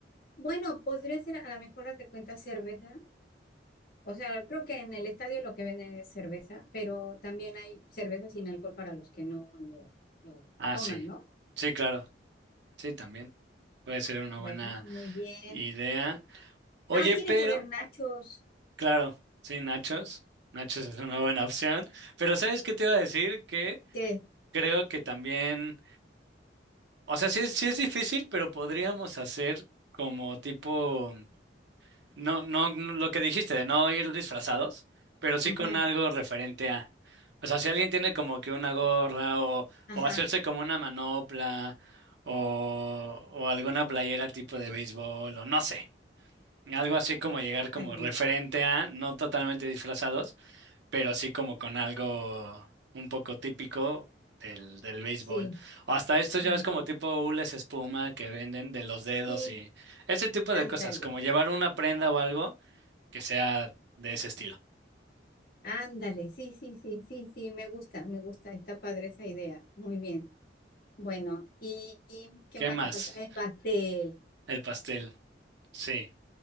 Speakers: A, on the left; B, on the right.
A: bueno, podría ser a lo mejor, haz de cuenta, cerveza O sea, creo que en el estadio lo que venden es cerveza, pero también hay cerveza sin alcohol para los que no lo, lo
B: Ah,
A: toman,
B: sí.
A: ¿no?
B: Sí, claro. Sí, también. Puede ser una
A: Bueno,
B: buena
A: muy bien.
B: idea. Oye,
A: Ah, tiene
B: pero,
A: que haber nachos.
B: claro, sí, nachos. Nachos es una buena opción. Pero ¿sabes qué te iba a decir? Que
A: ¿Qué?
B: creo que también O sea, sí es, sí es difícil, pero podríamos hacer como tipo, no, no, no, lo que dijiste de no ir disfrazados, pero sí
A: Ujú,
B: con algo referente a. O sea, si alguien tiene como que una gorra o,
A: Ajá,
B: o hacerse como una manopla o, o alguna playera tipo de béisbol o no sé, algo así como llegar como
A: ándale.
B: referente a, no totalmente disfrazados pero sí como con algo un poco típico del, del béisbol.
A: Sí,
B: O hasta estos
A: muy
B: ya ves como
A: bien.
B: tipo hules espuma que venden de los dedos
A: Sí,
B: y ese tipo
A: ándale.
B: de cosas, como llevar una prenda o algo que sea de ese estilo.
A: Ándale. Sí, sí, sí, sí, sí, me gusta, me gusta. Está padre esa idea. Muy bien. Bueno, ¿y y qué
B: ¿Qué
A: más
B: más?
A: nos falta? El pastel.
B: El pastel. Sí,